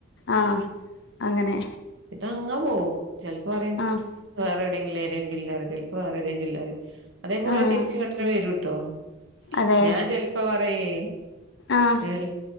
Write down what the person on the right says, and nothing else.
ഇതങ്ങനെ പോവും ചെൽപ്പറിം
വേറെ വേറെ എവിടെങ്കിലും ഏതെങ്കിലും ജില്ലാറിം ചെലപ്പം വേറെ ഏതേം ജില്ലാറിം അതേ പോലെ
തിരിച്ച്ങ്ങട്ടെനെ വരൂട്ടോ
ഞാൻ ചെൽപ്പം പറയേ
അതെ